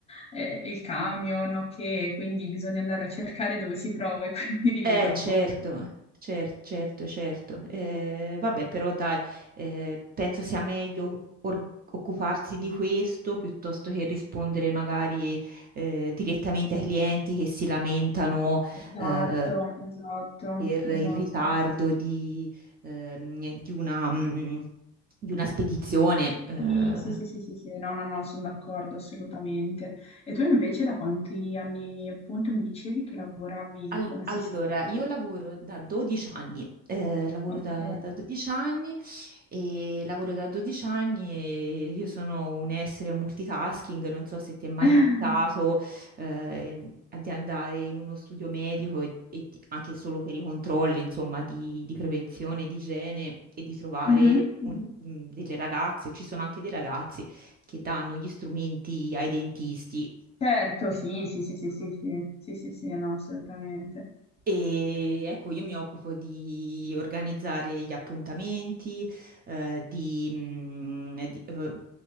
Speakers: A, on the left (about 20°); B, on the right (about 30°).
A: eh, il camion, ok, quindi bisogna andare a cercare dove si trova e <laughs> quindi diventa
B: Eh, certo.
A: un po' complicato.
B: Certo, certo, certo. Eh, vabbè, però dai, eh, penso sia meglio or- occuparsi di questo piuttosto che rispondere magari eh, direttamente ai clienti che si lamentano.
A: Esatto,
B: eh,
A: esatto,
B: per il
A: esatto.
B: ritardo di, ehm, di una, mm, di una spedizione eh,
A: Sì, sì, sì, sì, sì, sì, no, no, no, sono d'accordo assolutamente. E tu invece da quanti anni appunto mi dicevi che lavoravi
B: Al-
A: come
B: allora,
A: assistente?
B: io lavoro da 12 anni, eh, lavoro
A: Ok.
B: da, da 12 anni e lavoro da 12 anni e io sono un essere multitasking, non so se ti è mai
A: <laughs>
B: capitato eh, di andare in uno studio medico e, e di- anche solo per i controlli, insomma, di, di prevenzione, di igiene e di trovare
A: Mhm, mhm.
B: un- mh, delle ragazze, ci sono anche dei ragazzi che danno gli strumenti ai dentisti.
A: Certo, sì,
B: Ecco.
A: sì, sì, sì, sì, sì, sì, sì, sì, no, assolutamente.
B: E ecco, io mi occupo di organizzare gli appuntamenti, eh, di, mm, di, eh,